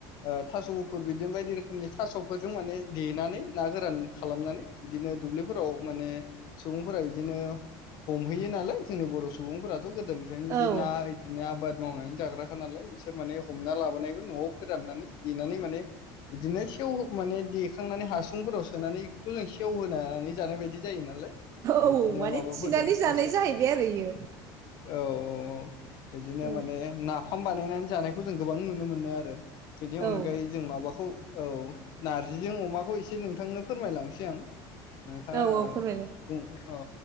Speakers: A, on the left; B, on the right.
A: ओ थास' गुफुर बिदिनो बायदि रोखोमनि थास'फोरजों माने देनानै ना गोरान खालामनानै बिदिनो दुब्लिफोराव माने सुबुंफोरा बिदिनो हमहैयो नालाय जोंनि बर' सुबुंफोराथ' गोदोनिफ्रायनो बिदि
B: औ
A: ना बिदिनो आबाद मावनानै जाग्राखानालाय बिसोर माने हमना लाबोनायखौ न'आव फोराननानै देनानै माने बिदिनो सेव माने देखांनानै हासुंफोराव सोनानै बेखौथ' जों सेवहोनानै जानाय बायदि जायोनालाय ओ
B: औ
A: बिदिनो
B: माने
A: माबादों
B: थिनानै जानाय
A: थास' औ
B: जाहैबाय आरो इयो
A: औ औ बिदिनो
B: औ
A: माने ना फाम बानायनानै जानायखौ जों गोबां नुनो मोनो आरो बेनि
B: औ
A: अनगायै जों माबाखौ औ नारजिजों अमाखौ एसे नोंथांनो फोरमायलांसै आं नोंथाङा
B: औ औ
A: ओ
B: फोरमायलाय
A: बुं अ